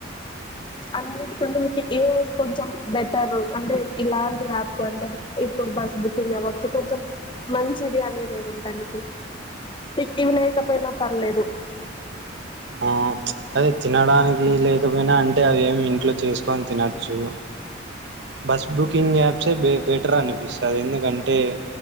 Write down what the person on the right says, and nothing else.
ఆహ్ ప్చ్ అది తినడానికి లేకపోయినా అంటే అవి ఏమి ఇంట్లో చేసుకొని తినచ్చు. బస్ బుకింగ్ యాప్సే బెటరని పిస్తది ఎందుకంటే